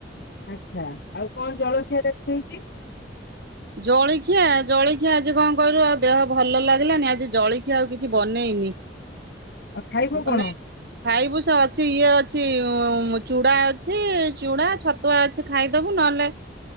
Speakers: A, on the left; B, on the right.
A: ଆଚ୍ଛା ଆଉ କଣ ଜଳଖିଆରେ ହେଇଛି?
B: ଜଳଖିଆ ଜଳଖିଆ ଆଜି କଣ କହିଲୁ ଆଉ ଦେହ ଭଲ ଲାଗିଲାନି ଆଜି ଜଳଖିଆ ଆଉ କିଛି ବନେଇନି
A: ଆଉ ଖାଇବ
B: ବନେଇ
A: କଣ?
B: ଖାଇବୁ ସେ ଅଛି ଇଏ ଅଛି ଚୁଡା ଅଛି ଚୁଡ଼ା ଛ ଛତୁଆ ଅଛି ଖାଇଦବୁ ନହେଲେ